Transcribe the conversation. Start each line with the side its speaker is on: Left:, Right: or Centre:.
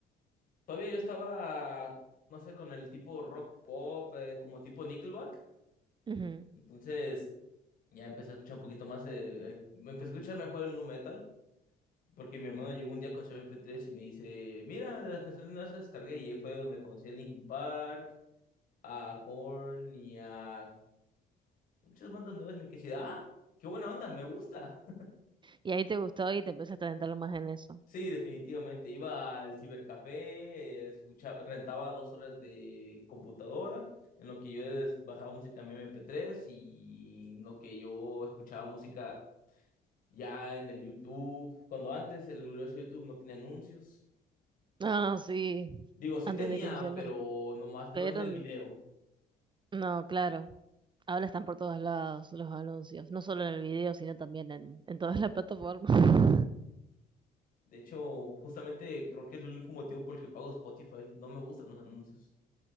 Left: Todavía yo estaba, no sé, con el tipo rock pop, eh, como tipo Nickelback.
Right: Ujú.
Left: Entonces ya empecé a escuchar un poquito más, eh, eh, me empecé a escuchar mejor el nu metal, porque mi hermano llegó un día con su mp tres y me dice, mira, de las canciones no las descargué. Y ahí fue donde conocí a Linkin Park, a Korn y a muchas bandas nuevas. Y me quedé así de, ah, qué buena onda, me gusta.
Right: Y ahí te gustó y te empezaste a adentrarlo más en eso.
Left: Sí, definitivamente. Iba al cibercafé, escuchaba, rentaba dos horas de computadora, en lo que yo des- bajaba música en mi MP3 y en lo que yo escuchaba música ya en el YouTube. Cuando antes el glorioso YouTube no tenía anuncios.
Right: Ah, sí,
Left: Digo, sí
Right: antes
Left: tenía,
Right: de que pusieran
Left: pero
Right: los...
Left: nomás no
Right: Pero
Left: en el
Right: n-
Left: video.
Right: no, claro, ahora están por todos lados los anuncios, no solo en el video, sino también en, en todas las plataformas. <laughs>
Left: De hecho, justamente creo que es el único motivo por el que pago Spotify. No me gustan los anuncios.